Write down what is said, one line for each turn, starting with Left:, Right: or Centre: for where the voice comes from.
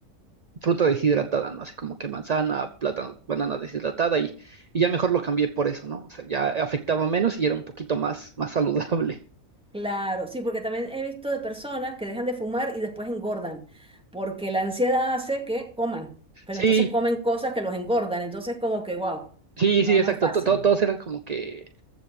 Right: fruta deshidratada, ¿no? Así como que manzana, plátano, banana deshidratada y, y ya mejor lo cambié por eso, ¿no? O sea, ya afectaba menos y era un poquito más, más saludable. <laughs>
Centre: Claro, sí, porque también he visto de personas que dejan de fumar y después engordan, porque la ansiedad hace que coman, pero
Right: Sí,
Centre: entonces comen cosas que los engordan, entonces como que, wow,
Right: sí,
Centre: no,
Right: sí, exacto.
Centre: no es fácil.
Right: To- to- todos eran como que,